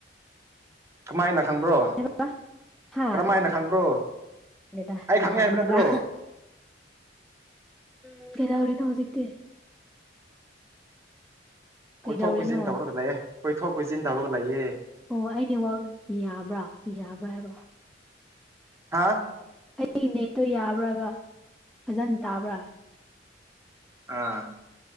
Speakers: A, on the right; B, in the centre.
A: ꯀꯃꯥꯏꯅ ꯈꯪꯕ꯭ꯔꯣ
B: <unintelligible> ꯍꯥꯥ
A: ꯀꯔꯝꯃꯥꯏꯅ ꯈꯪꯕ꯭ꯔꯣ
B: <unintelligible>
A: ꯑꯩ
B: ꯀꯝꯍꯥꯏꯅꯔ
A: ꯈꯪꯉꯦ ꯍꯥꯏꯕ ꯅꯠꯇ꯭ꯔꯣ
B: ꯎꯝ ꯀꯩꯗꯧꯔꯤꯅꯣ ꯍꯧꯖꯤꯛꯇꯤ ꯀꯩꯗꯧꯔꯤꯅꯣ
A: ꯀꯣꯏꯊꯣꯛ ꯀꯣꯏꯁꯤꯟ ꯇꯧꯔꯒ ꯂꯩꯑꯦ ꯀꯣꯏꯊꯣꯛ ꯀꯣꯏꯁꯤꯟ ꯇꯧꯔꯒ ꯂꯩꯑꯦ
B: ꯑꯣ ꯑꯩ ꯅꯦꯋꯥꯛ ꯌꯥꯕ꯭ꯔꯥ ꯌꯥꯕ꯭ꯔꯥ ꯍꯥꯏꯕ
A: ꯍꯥꯥ
B: ꯑꯩꯒꯤ ꯅꯦꯠꯇꯣ ꯌꯥꯕ꯭ꯔꯕ ꯐꯖꯅ ꯇꯥꯕ꯭ꯔꯥ
A: ꯑꯥ